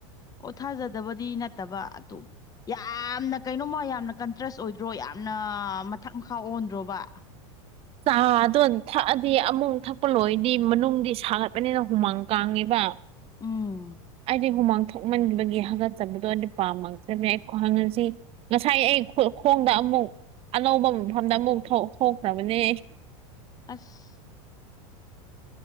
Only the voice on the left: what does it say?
ꯑꯣ ꯊꯥꯖꯗꯕꯗꯤ ꯅꯠꯇꯕ ꯑꯗꯨ ꯌꯥꯝꯅ ꯀꯩꯅꯣꯃ ꯌꯥꯝꯅ ꯀꯟꯇ꯭ꯔꯁ ꯑꯣꯏꯗ꯭ꯔꯣ ꯌꯥꯝꯅ ꯃꯊꯛ ꯃꯈꯥ ꯑꯣꯟꯗ꯭ꯔꯣꯕ
ꯎꯝ
ꯑꯁ